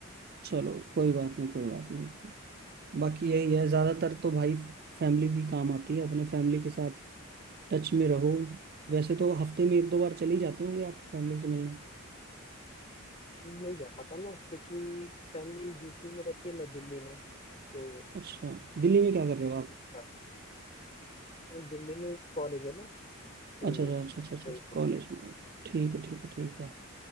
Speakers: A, on the right; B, on the left.
A: चलो कोई बात नहीं कोई बात नहीं बाकी यही है ज्यादातर तो भाई फैमिली भी काम आती है अपने फैमिली के साथ टच में रहो वैसे तो हफ्ते में एक दो बार चले ही जाते होंगे आप फैमिली से मिलने
B: नहीं जा पाता ना क्योंकि फैमिली यूपी में रहती है मैं दिल्ली में तो
A: अच्छा दिल्ली में क्या कर रहे हो आप
B: क्या दिल्ली में कॉलेज है ना तो
A: अच्छा अच्छा अच्छा अच्छा अच्छा
B: तो
A: अच्छा, कॉलेज में हो ठीक है ठीक है ठीक है